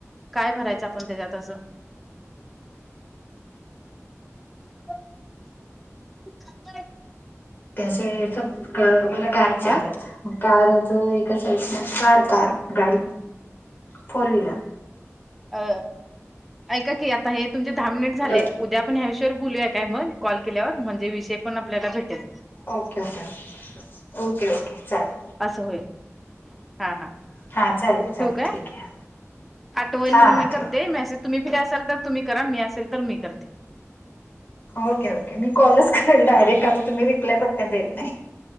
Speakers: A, in the centre; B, on the left.
A: काय भरायचं आपण त्याच्यात असं?
B: <inaudible>
A: <unintelligible>
B: त्या असे <unintelligible> मला कारचे
A: हा
B: आलेत. कारच एका साइडला, कार, कार. गाडी, फोर व्हीलर.
A: अ ऐका की, आता हे तुमचे दहा मिनिट
B: ठेवू
A: झालेत. उद्या आपण ह्या विषयावर बोलूया काय मग? कॉल केल्यावर, म्हणजे विषय पण आपल्याला भेटेल.
B: Okay, okay. Okay, okay. चालेल.
A: असं होयल. हा, हा.
B: हा चालेल चालेल
A: ठेऊ का?
B: ठीक आहे
A: आठवनीन
B: हा
A: मी
B: हा
A: करते,
B: ठेवा
A: मैसे तुम्ही फ्री असाल, तर तुम्ही करा. मी असेल, तर मी करते.
B: Okay, okay. मी कॉलच करेल डायरेक्ट
A: हां.
B: आता. तुम्ही रिप्लाय पटकन देत नाही.